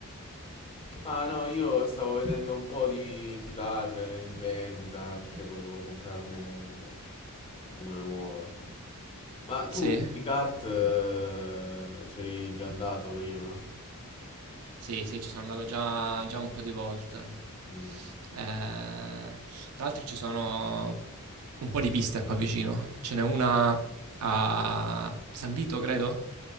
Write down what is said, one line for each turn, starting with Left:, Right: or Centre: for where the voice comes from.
Left: Ah no, io stavo vedendo un po' di chitarre in vendita perché volevo comprarne una nuova. Ma tu
Right: Sì?
Left: i kart eh, c'eri già andato prima?
Right: Sì, sì, ci sono andato già, già un po' di volte.
Left: Mm.
Right: Eh, tra l'altro ci sono un po' di piste qua vicino. Ce n'è una a San Vito, credo.